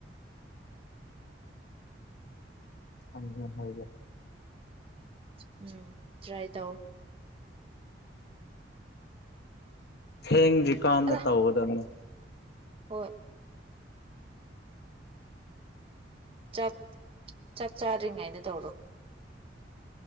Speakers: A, on the left (about 60°); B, on the right (about 30°).
A: ꯎꯝ ꯍꯒꯦ
B: ꯎꯝ ꯇ꯭ꯔꯥꯏ ꯇꯧ
A: ꯊꯦꯡꯗꯔꯤ ꯀꯥꯟꯗ
B: ꯑꯂ
A: ꯇꯧꯒꯗꯕꯅꯦ
B: ꯍꯣꯏ ꯆꯥꯛ ꯆꯥꯛ ꯆꯥꯗ꯭ꯔꯤꯉꯩꯗ ꯇꯧꯔꯣ